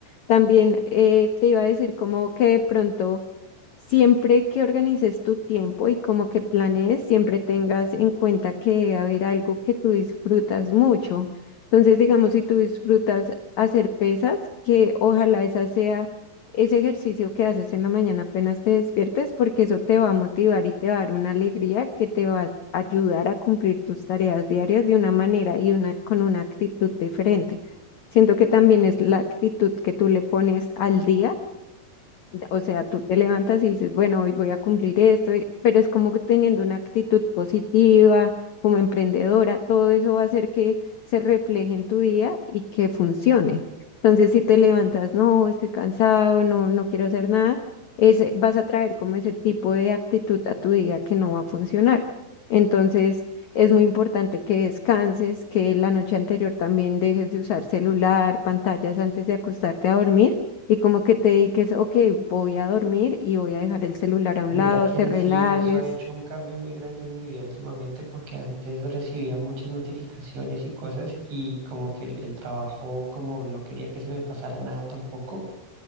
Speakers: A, on the left (about 80°); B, on the right (about 90°).
A: También eh, te iba a decir como que de pronto... Siempre que organices tu tiempo y como que planees, siempre tengas en cuenta que debe haber algo que tú disfrutas mucho. Entonces, digamos, si tú disfrutas hacer pesas, que ojalá esa sea ese ejercicio que haces en la mañana apenas te despiertes, porque eso te va a motivar y te va a dar una alegría que te va a ayudar a cumplir tus tareas diarias de una manera y una, con una actitud diferente. Siento que también es la actitud que tú le pones al día o sea, tú te levantas y dices, bueno, hoy voy a cumplir esto, y- pero es como que teniendo una actitud positiva, como emprendedora, todo eso va a hacer que se refleje en tu día y que funcione. Entonces, si te levantas, no, estoy cansado, no, no quiero hacer nada, ese, vas a traer como ese tipo de actitud a tu día que no va a funcionar. Entonces, es muy importante que descanses, que la noche anterior también dejes de usar celular, pantallas antes de acostarte a dormir y como que te dediques, ok, voy a dormir y voy a dejar el celular a
B: Mira
A: un lado,
B: que
A: te relajes.
B: sí, eso ha hecho un cambio muy grande en mi vida últimamente porque antes recibía muchas notificaciones y cosas y como que el, el trabajo, como no quería que se me pasara nada tampoco,